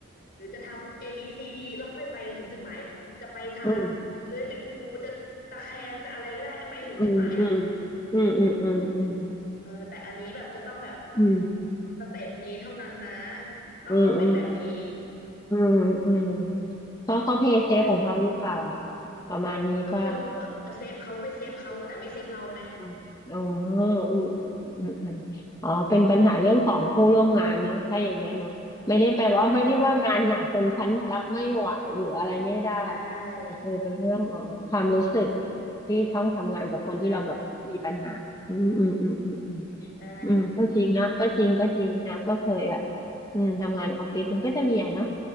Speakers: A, on the left; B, on the left.
A: หรือจะทำ A B C D แล้วค่อยไปถึงจุดหมาย จะไปทางเลื้อยเป็นงูจะตะแคงจะอะไรก็ได้ไปถึงจุดหมายอ่ะ
B: อืมอืมอืมอืมอืมอืมอืมอืม
A: เออแต่อันนี้แบบจะต้องแบบ
B: อืม
A: สเต็ปนี้เท่านั้นนะต้องเอาเป็นแบบนี้
B: อืมอืมอืมอืมอืมเพราะเขาเพย์เซฟของเขาหรือเปล่า
A: แบบ
B: ประมาณนี้ป่ะ
A: ก็ไม่รู้อ่ะจะเซฟเขาไม่เซฟเขาแต่ไม่เซฟเราไง
B: อืมอ๋ออืมอืมอืมอืมอืมอ๋อเป็นปัญหาเรื่องของผู้ร่วมงานเนอะถ้าอย่างเงี้ยเนาะไม่ได้แปลว่าไม่ได้ว่างานหนักจนฉันรับไม่ไหวหรืออะไรไม่ได้
A: ใช่ใช่
B: แต่คือเป็นเรื่องอ๋อความรู้สึกที่ต้องทำงานกับคนที่เราแบบมีปัญหาอืมอืมอืมอืมอืม
A: ใช่ใช่
B: อืมก็จริงนะก็จริงก็จริงนะก็เคยอ่ะอืมทำงานออฟฟิศมันก็จะมีอ่ะเนาะ